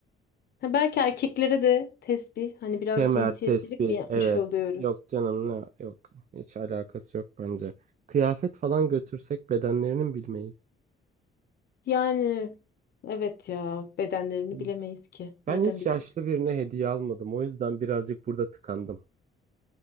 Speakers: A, on the left; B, on the right.
A: Ha, belki erkeklere de tesbih. Hani biraz
B: Kemer,
A: cinsiyetçilik
B: tespih,
A: mi yapmış
B: evet.
A: oluyoruz?
B: Yok canım ne yok. Hiç alakası yok bence. Kıyafet falan götürsek bedenlerinin bilmeyiz.
A: Yani evet ya bedenlerini
B: Değil
A: bilemeyiz
B: mi?
A: ki.
B: Ben
A: Nereden
B: hiç
A: bileceğiz?
B: yaşlı birine hediye almadım. O yüzden birazcık burada tıkandım.